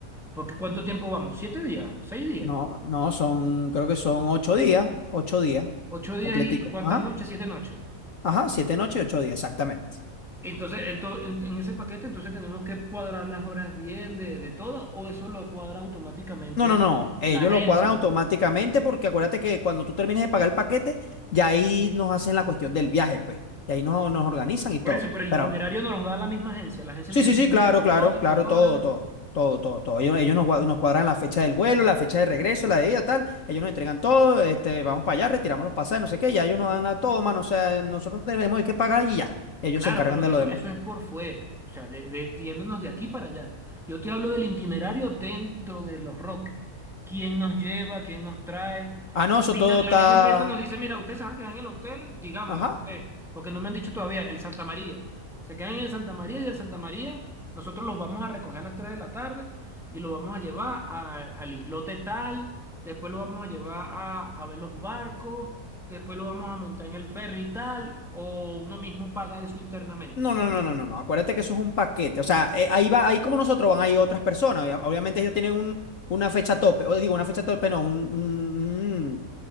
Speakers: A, in the centre; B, on the left (about 60°).
A: Porque ¿cuánto tiempo vamos? ¿Siete días? ¿Seis días?
B: No, no, son, creo que son ocho días, ocho días,
A: ¿Ocho días
B: completico.
A: y, y cuántas
B: Ajá,
A: noches? ¿Siete noches?
B: ajá, siete noches y ocho días, exactamente.
A: Entonces, en, to- en- en ese paquete, entonces tenemos que cuadrar las horas bien de, de todo, o eso lo cuadra automáticamente
B: No, no, no, ellos
A: la agencia.
B: lo cuadran automáticamente porque acuérdate que cuando tú termines de pagar el paquete, ya ahí nos hacen la cuestión del viaje, pues. Y ahí nos, nos organizan y todo.
A: Por eso, pero el
B: Pero
A: itinerario nos lo da la misma agencia. La agencia
B: Sí,
A: nos
B: sí,
A: dice,
B: sí,
A: "Mira,
B: claro,
A: de tal
B: claro,
A: hora,
B: claro,
A: tal hora.
B: todo, todo, todo, todo, todo. Ellos, ellos nos, gua- nos cuadran la fecha del vuelo, la fecha de regreso, la de ida, tal. Ellos nos entregan todo, este, vamos para allá, retiramos los pasajes, no sé qué, ya ellos nos dan la toma, no sé nosotros tenemos que pagar y ya. Ellos
A: Claro,
B: se encargan
A: pero
B: de
A: eso,
B: lo demás.
A: eso es por fuera, o sea, de, de, yéndonos de aquí para allá. Yo te hablo del itinerario dentro de Los Roques. ¿Quién nos lleva? ¿Quién nos trae? La
B: Ah, no, eso
A: misma,
B: todo
A: la
B: está.
A: misma empresa nos dice, mira, ustedes se van a quedar en el hotel, digamos,
B: Ajá.
A: no sé, porque no me han dicho todavía, el Santa María. Se quedan en el Santa María y del Santa María nosotros los vamos a recoger a las 3 de la tarde y los vamos a llevar a- al islote tal, después los vamos a llevar a, a ver los barcos, después lo vamos a montar en el ferry y tal, o uno mismo paga eso internamente.
B: No, no, no, no, no, no. Acuérdate que eso es un paquete. O sea, eh, ahí va, ahí como nosotros van, ahí otras personas. Obvia- Obviamente ellos tienen un, una fecha tope. O digo, una fecha tope, no, un, un- un-